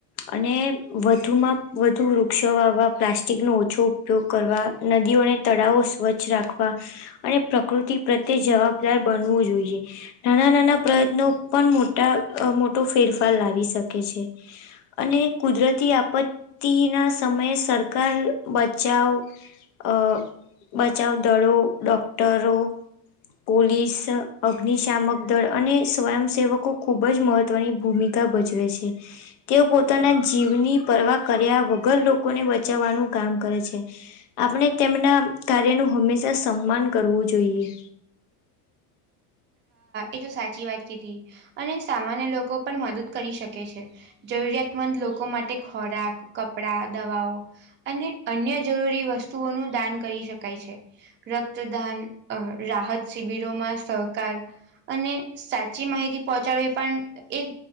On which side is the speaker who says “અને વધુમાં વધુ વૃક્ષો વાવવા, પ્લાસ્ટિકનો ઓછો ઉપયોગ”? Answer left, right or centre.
Left